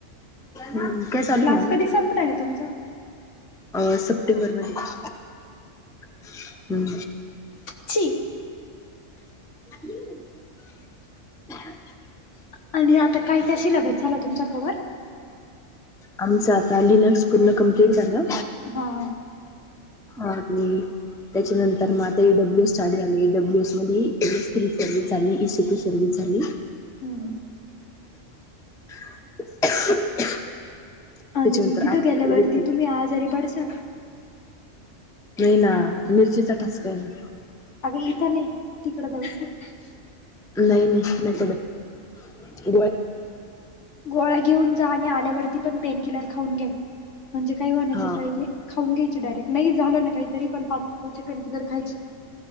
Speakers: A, in the centre; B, on the left.
A: ह काय चालू
B: क्लास
A: माझ.
B: कधी संपणार आहे तुमचा
A: अ सप्टेंबर मध्ये हम्म.
B: छी
A: <unintelligible>
B: आणि आता काय काय सिलेबस झाला तुमचा कवर
A: आमचं आता लिनक्स पूर्ण कंप्लीट झालं.
B: हा
A: आणि त्याच्यानंतर मग आता ई डब्ल्यू एस स्टार्ट झालं ई डब्ल्यू एस मध्ये ए सर्विस झाली सर्व्हस झाली.
B: हम्म
A: <unintelligible>
B: आणि
A: त्याच्यानंतर
B: तिथं
A: आय सर्व्हिस
B: गेल्यावरती
A: झाली
B: तुम्ही आजारी पडचाल
A: नाही ना मिरचीचा ठसका आहे ना.
B: अगं इथं नाही तिकडं जावचं
A: नाही नाही नाही पडत.
B: गोळा घेऊन जा आणि आल्यावरती पण पेन किलर खाऊन घे म्हणजे काही होण्याच्या
A: हा
B: आधी खाऊन घ्याय. डायरेट नाही झाल ना काही तरी पण खायची.